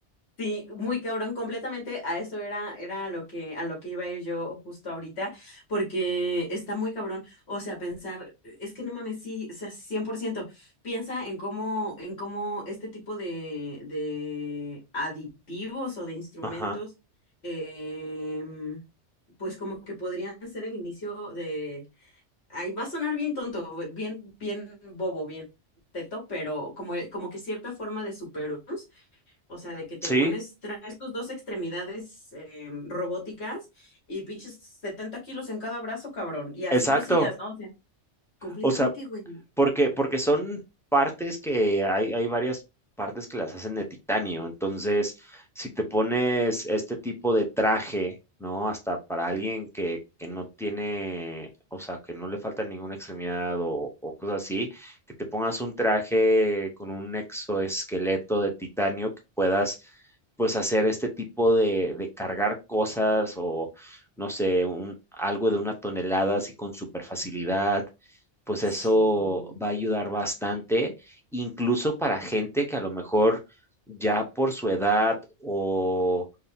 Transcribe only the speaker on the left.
Sí, muy cabrón, completamente a eso era, era a lo que, a lo que iba a ir yo justo ahorita, porque está muy cabrón. O sea, pensar, es que no mames, sí, o sea, cien por ciento Piensa en cómo, en cómo este tipo de, de aditivos o de instrumentos,
em, pues como que podrían ser el inicio de. Ahí va a sonar bien tonto, bien, bien bobo, bien teto, pero como, como que cierta forma de superarnos o sea, de que te
pones, traes tus dos extremidades eh, robóticas y pinches 70 kilos en cada brazo, cabrón. Y así
cosillas, ¿no? O sea, completamente,
güey.
Sí,